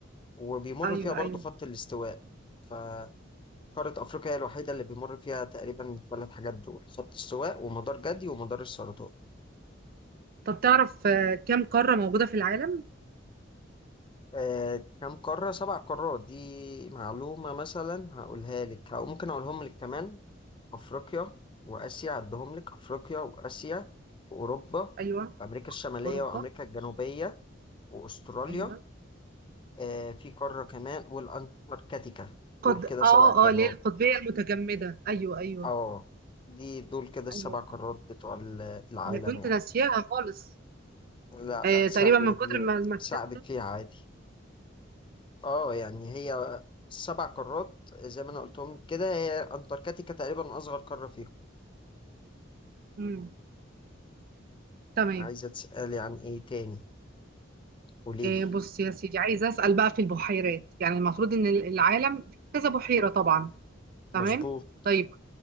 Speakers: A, on the left; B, on the right.
A: وبيمر
B: ايوه
A: فيها برضو
B: ايوه
A: خط الاستواء فقارة أفريقيا هي الوحيدة اللي بيمر فيها تقريبا الثلاث حاجات دول خط استواء ومدار جدي ومدار السرطان
B: طب تعرف آه، كم قارة موجودة في العالم
A: آه، كم قارة؟ سبع قارات دي معلومة مثلا هقولها لك أو ممكن أقولهم لك كمان أفريقيا وآسيا عدهم لك أفريقيا وآسيا وأوروبا
B: ايوه
A: وأمريكا الشمالية
B: اوروبا
A: وأمريكا الجنوبية وأستراليا
B: ايوه
A: آه في قارة كمان والأنتاركتيكا
B: قد
A: دول كده
B: اه
A: سبع قارات
B: اه ليه القطبية المتجمدة ايوه ايوه
A: أه دي دول كده السبع
B: ايوه
A: قارات
B: صح
A: بتوع ال- العالم
B: انا كنت
A: يعني
B: ناسياها خالص
A: لا
B: آه
A: لا سهلة
B: تقريبا من كتر
A: دي
B: ما المكان
A: ساعدك فيها عادي أه يعني هي سبع قارات زي ما أنا قلتهم كده هي أنتاركتيكا تقريبا أصغر قارة فيهم
B: امم تمام
A: عايزة تسألي عن إيه تاني قوليلي
B: آه بص يا سيدي عايزة اسأل بقى في البحيرات يعني المفروض ان العالم في كذا بحيرة طبعا تمام
A: مظبوط
B: طيب